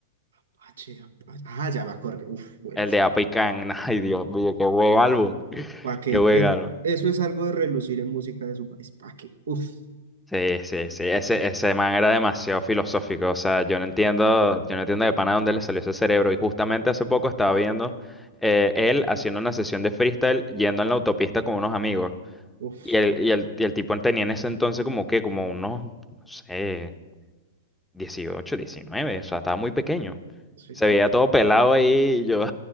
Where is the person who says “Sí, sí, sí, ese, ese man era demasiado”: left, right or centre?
Centre